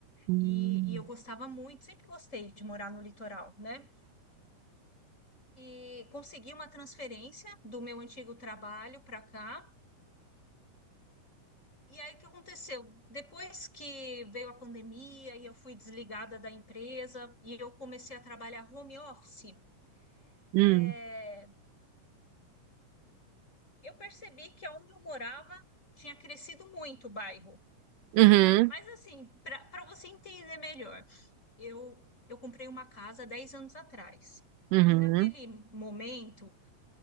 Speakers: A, on the right; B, on the left.
A: Hum.
B: E, e eu gostava muito, sempre gostei de morar no litoral, né? E consegui uma transferência do meu antigo trabalho para cá. E aí, o que aconteceu? Depois que veio a pandemia e eu fui desligada da empresa e eu comecei a trabalhar home office,
A: Hum.
B: é, eu percebi que onde eu morava tinha crescido muito o bairro.
A: Uhum.
B: Mas, assim, para para você entender melhor, eu, eu comprei uma casa 10 anos atrás.
A: Uhum.
B: E naquele momento,